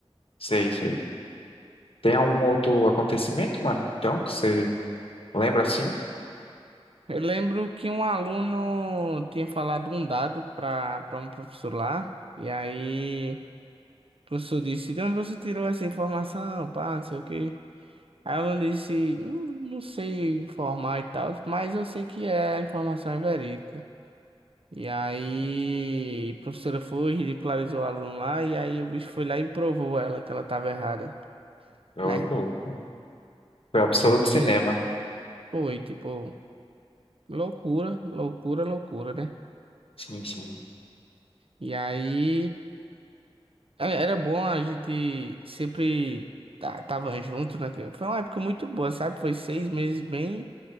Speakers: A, on the left; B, on the right.
A: Sei, sei. Tem algum outro acontecimento, mano? Então, que você lembra assim?
B: Eu lembro que um aluno tinha falado um dado para para um professor lá, e aí o professor disse, de onde você tirou essa informação, pá, não sei o quê. Aí o aluno disse, não, não sei informar e tal, mas eu sei que é, a informação é verídica. E aí a professora foi, ridicularizou o aluno lá, e aí o bicho foi lá e provou ela que ela estava errada.
A: Eu
B: né?
A: louco. Foi absoluto
B: É filme
A: cinema.
B: bem gra- Foi, tipo, loucura, loucura, loucura, né?
A: Sim, sim.
B: E aí, é- era bom a gente sempre tá- tava junto, né? que Foi uma época muito boa, sabe? Foi seis meses bem...